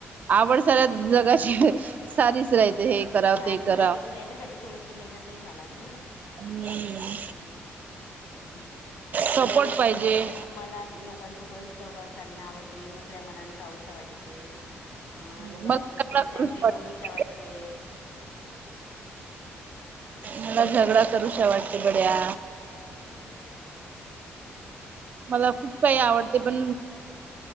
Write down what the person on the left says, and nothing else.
सारस
राहिते तर त्याच्यासाठी थोडीशी मेहनतही घ्याला लागेल ना हम्,
हम
मला र
मले मला लोकांसोबत संवाद साधणं आवडते. मोकळ्या मनाने राहू शकते. ह
लोकांसोबत
फ्रँकली
बोलू शकते.
मोकळ्या वेळात काय करतेस तू?